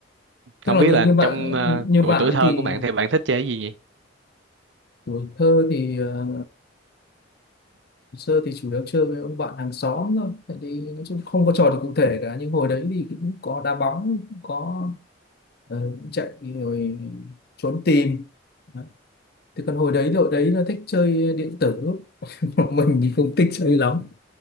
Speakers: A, on the left (about 55°); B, on the right (about 70°).
A: tức
B: không
A: là
B: biết
A: như
B: là
A: như bạn
B: trong ờ,
A: như
B: tuổi
A: bạn
B: tuổi
A: ấy
B: thơ
A: thì
B: của bạn thì bạn thích chơi cái gì nhỉ
A: tuổi thơ thì ờ, sơ thì chủ yếu chơi với ông bạn hàng xóm thôi tại vì nói chung không có trò gì cụ thể cả nhưng hồi đấy thì cũng có đá bóng cũng có ờ, cũng chạy rồi trốn tìm Đấy. thì còn hồi đấy đội đấy là thích chơi điện tử <laughs> Còn mình thì không thích chơi lắm